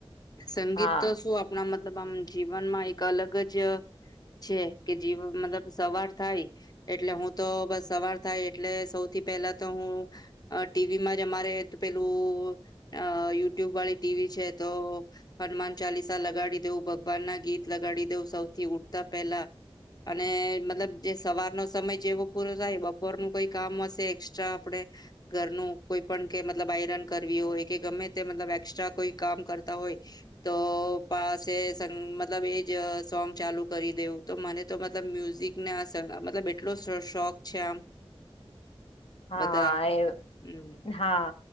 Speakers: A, on the left (about 40°); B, on the left (about 75°).
A: સંગીત
B: હા
A: તો શું આપ <unintelligible> મતલબ આમ જીવનમાં એક અલગ જ છે કે જીવ મતલબ સવાર થાય એટલે હું તો બસ સવાર થાય એટલે સૌથી પેહલા તો હું અ ટી ટીવી માં જ અમારે પેલું અ યુટ્યુબ વાળી ટીવી છે તો હનુમાન ચાલીસા લગાડી દેવું ભગવાન ના ગીત લગાડી દેવું સૌથી ઊઠતા પેહલા અને મતલબ જે સવારનો સમય જેવો પૂરો થાય બપોરનું કોઈ કામ હશે એક્સ્ટ્રા આપણેે ઘરનું કોઈ પણ કે મતલબ આયરન કરવી હોય કે ગમે તે મતલબ એકસ્ટ્રા કોઈ કામ કરતા હોય તો પાસે સંગ મતલબ એજ સોંગ ચાલુ કરી દેવું તો મને તો મતલબ મ્યુઝિક ના સા મતલબ એટલો શો શોખ છે આમ
B: હા
A: બધા
B: એવ
A: હમ
B: હા